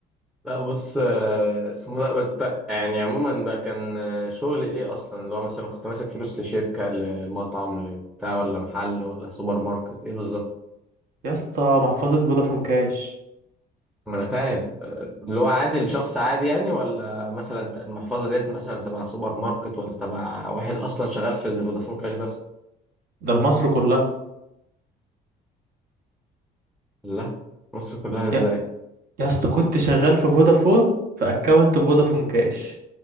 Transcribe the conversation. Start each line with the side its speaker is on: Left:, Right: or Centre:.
Centre: لا بص آه، اسمه ده بت- يعني عموما ده كان آه، شغل ايه اصلا اللي هو مثلا كنت ماسك فلوس لشركة للمطعم لبتاع ولا محل ولا سوبر ماركت ايه بالظبط
Right: يا اسطى محفظة فودافون كاش
Centre: ما انا فاهم آه، اللي هو عادل شخص عادي يعني ولا مثلا ت- المحفظة ديت مثلا تبع سوبر ماركت ولا تبع واحد اصلا شغال في الفودافون كاش بس
Right: ده لمصر كلها
Centre: لا مصر كلها ازاي
Right: يا يا اسطى كنت شغال في فودافون في اكونت فودافون كاش